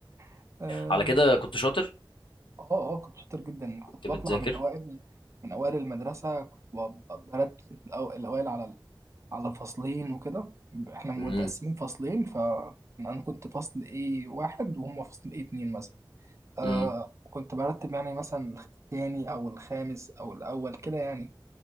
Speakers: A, on the right (about 35°); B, on the left (about 80°).
A: <laughs>
B: على كده كنت شاطر
A: اه اه كنت شاطر جدا
B: كنت
A: كنت
B: بتذاكر
A: بطلع من اوائل من اوائل المدرسه كنت ب- برتب الأو- الاوائل على ال- على الفصلين وكده احنا متقسمين
B: امم
A: فصلين فانا كنت فصل ايه واحد وهم فصل ايه اتنين مثلا آه
B: امم
A: كنت برتب يعني مثلا الثاني او الخامس او الاول كده يعني